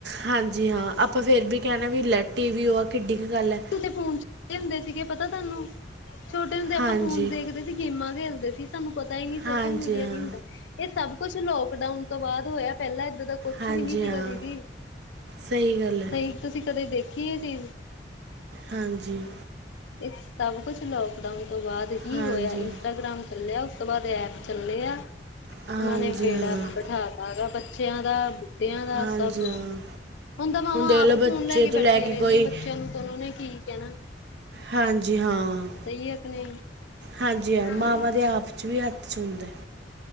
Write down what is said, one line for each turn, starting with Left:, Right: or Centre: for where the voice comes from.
Right: ਹਾਂਜੀ ਹਾਂ ਆਪਾਂ ਫੇਰ ਵੀ ਕਹਿਣੇ ਆ ਵੀ ਲੈ ਟੀਵੀ ਓ ਆ ਕਿੱਡੀ ਕ ਗੱਲ ਐ
Left: ਤੁਸੀਂ ਫੋਨ ਚ ਵੀ ਹੁੰਦੇ ਸੀਗੇ ਪਤਾ ਤੁਹਾਨੂੰ ਛੋਟੇ ਹੁੰਦੇ ਆਪਾਂ
Right: ਹਾਂਜੀ,
Left: ਫੋਨ ਦੇਖਦੇ ਸੀ ਗੇਮਾਂ ਖੇਲਦੇ ਸੀ ਸਾਨੂੰ ਪਤਾ ਈ ਨੀ
Right: ਹਾਂਜੀ
Left: ਸੋਸ਼ਲ ਮੀਡੀਆ
Right: ਹਾਂ,
Left: ਕੀ ਹੁੰਦਾ ਇਹ ਸਭ ਕੁਛ ਲੋਕਡਾਊਨ ਤੋਂ ਬਾਅਦ ਹੋਇਆ ਪਹਿਲਾਂ ਇੱਦਾਂ ਦਾ ਕੁਛ
Right: ਹਾਂਜੀ
Left: ਵੀ ਨੀ ਸੀਗਾ
Right: ਹਾਂ,
Left: ਦੀਦੀ
Right: ਸਹੀ ਗੱਲ ਐ।
Left: ਨਹੀਂ ਤੁਸੀਂ ਕਦੇ ਦੇਖੀ ਇਹ ਚੀਜ਼
Right: ਹਾਂਜੀ
Left: ਇਹ ਸਭ ਕੁਛ ਲੌਕਡਾਊਨ ਤੋਂ ਬਾਅਦ ਹੀ
Right: ਹਾਂਜੀ,
Left: ਹੋਇਆ ਇੰਸਟਾਗ੍ਰਾਮ ਚੱਲਿਆ ਉਸ ਤੋਂ ਬਾਅਦ ਐ ਐਪ ਚੱਲੇ ਆ
Right: ਹਾਂਜੀ
Left: ਉਹਨਾਂ ਨੇ ਬੇੜਾ
Right: ਹਾਂ,
Left: ਬਠਾਤਾ ਗਾ ਬੱਚਿਆਂ ਦਾ ਬੁੱਢਿਆਂ ਦਾ
Right: ਹਾਂਜੀ
Left: ਸਭ
Right: ਹਾਂ।
Left: ਹੁਣ ਤਾਂ ਮਾਵਾਂ
Right: ਦੇਖ
Left: ਆਪ
Right: ਲੋ ਬੱਚੇ
Left: ਫੋਨ ਲੈ ਕੇ
Right: ਤੋਂ
Left: ਬੈਠੀਆਂ ਰਹਿੰਦੀਆਂ
Right: ਕੋਈ
Left: ਬੱਚਿਆਂ ਨੂੰ ਉਹਨੋ ਨੇ ਕੀ ਕਹਿਣਾ
Right: ਹਾਂਜੀ ਹਾਂ,
Left: ਸਹੀ ਐ ਕਿ ਨਹੀਂ
Right: ਹਾਂਜੀ ਹਾਂ
Left: ਹਮ
Right: ਮਾਵਾਂ ਦੇ ਆਪ ਚ ਵੀ ਹੱਥ ਚ ਹੁੰਦੈ